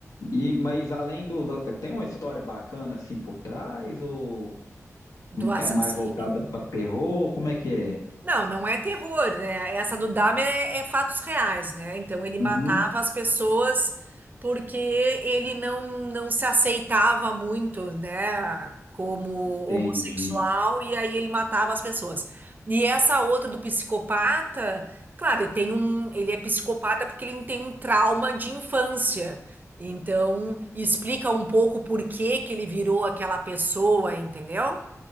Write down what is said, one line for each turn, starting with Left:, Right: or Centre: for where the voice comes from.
Left: E, mas além dos, tem uma história bacana assim por trás ou
Right: Do assassino?
Left: é mais voltada para terror? Como é que é?
Right: Não, não é terror, né? Essa do Dahmer é, é fatos reais, né? Então ele matava
Left: Uhum.
Right: as pessoas porque ele não, não se aceitava muito, né? Como
Left: Entendi,
Right: homossexual, e aí ele matava as pessoas. E essa outra do psicopata, claro, ele tem um, ele é psicopata porque ele tem um trauma de infância. Então, explica um pouco por que que ele virou aquela pessoa, entendeu?